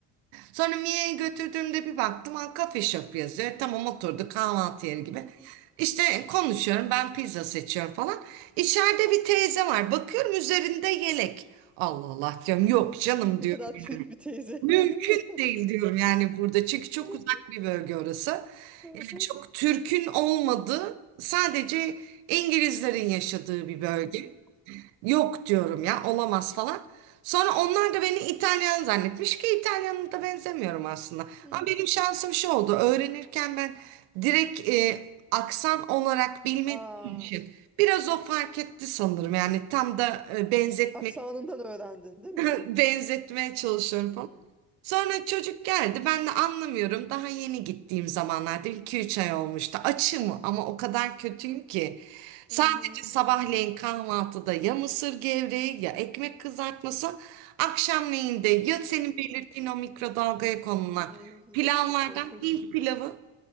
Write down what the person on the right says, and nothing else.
Sonra Mia'ya götürdüğümde bir baktım ha, kafe shop yazıyor. E, Tamam oturduk kahvaltı yeri gibi.
İşte konuşuyorum ben pizza seçiyorum falan. İçeride bir teyze var. Bakıyorum üzerinde yelek. Allah Allah diyorum yok canım
diyorum.
Mümkün
değil diyorum yani burada. Çünkü çok
uzak bir bölge orası.
Yani
çok Türk'ün olmadığı sadece İngilizlerin yaşadığı bir bölge.
Yok diyorum ya olamaz falan. Sonra onlar da beni İtalyan zannetmiş ki İtalyan'a da benzemiyorum aslında.
Ama benim
şansım şu oldu. Öğrenirken ben direkt e, aksan olarak bilmediğim
için biraz o fark etti sanırım. Yani tam da e, benzetmeye
<laughs>
benzetmeye çalışıyorum
Sonra çocuk geldi. Ben de anlamıyorum. Daha yeni gittiğim zamanlarda iki üç ay olmuştu. Açım ama o kadar kötüyüm ki. Sadece
sabahleyin kahvaltıda ya mısır gevreği ya ekmek kızartması. Akşamleyin de ya senin belirttiğin o mikrodalgaya konulan
pilavlardan
Hint pilavı.